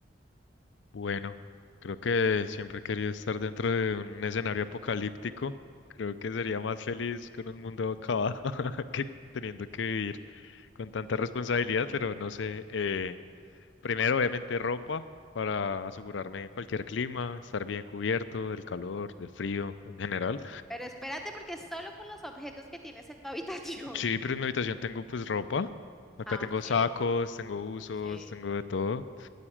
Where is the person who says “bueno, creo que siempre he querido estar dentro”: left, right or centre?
Left